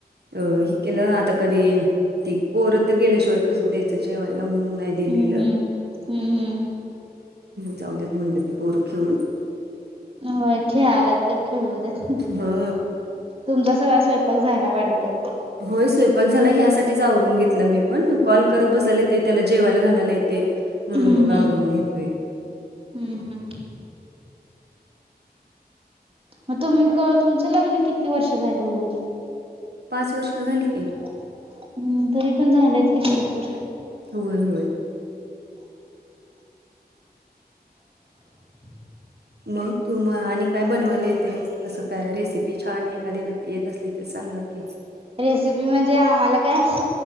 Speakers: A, on the right (about 75°); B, on the right (about 35°).
A: अ हि केलं ना आता कधी त पोर तर गेल्या सोय कस जेवायला म्हणून नाही
B: हम्म
A: दिलेलं
B: हम्म हम्म
A: जाऊ देत म्हणलं ती बोरं खेळून
B: होय खेळालात तर खेळू देत नाही
A: हा
B: तुमचा सगळा स्वयंपाक झायला वाटतं
A: होय स्वयंपाक झाला ह्यासाठीच आवरून घेतलं मी पण कॉल करत बसायला येते त्याला जेवायला घालायला येते म्हणून
B: हम्म
A: मग आवरून
B: हम्म
A: घेतवे
B: हम्म हम्म मग तुम्ही तुमचं लग्न किती वर्ष झाल होन
A: पाच वर्ष झाली काी
B: हम् तरी पण झालंय की भरपूर
A: होय होय
B: <inaudible>
A: मग तू मग आणि काय बनवायला येते असं काय रेसिपी छान एखादी एख येत असली तर सांगा की
B: रेसिपी म्हणजे आम्हाला काय अस